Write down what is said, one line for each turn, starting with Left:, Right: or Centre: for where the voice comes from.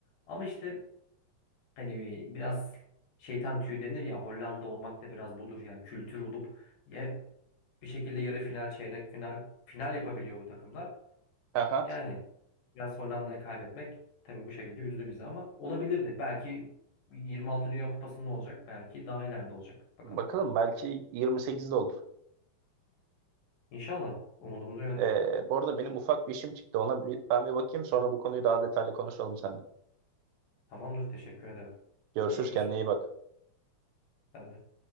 Left: Ama işte Hani bir- biraz şeytan tüyü denir ya Hollanda olmak da biraz budur yani kültür olup ya bir şekilde yarı final, çeyrek final, final yapabiliyor bu takımlar.
Right: haha
Left: Yani biraz Hollanda'ya kaybetmek tabii bu şekilde üzdü bizi ama olabilirdi. Belki 26 Dünya Kupası'nda olacak. Belki daha ileride olacak. Bakalım.
Right: Bakalım belki 28'de olur.
Left: İnşallah umudumuz o yönde.
Right: Ee, bu arada benim ufak bir işim çıktı. Ona bir, ben bir bakayım sonra bu konuyu daha detaylı konuşalım seninle.
Left: Tamamdır. Teşekkür ederim.
Right: Görüşürüz
Left: Görüşürüz.
Right: kendine iyi bak.
Left: Ben de.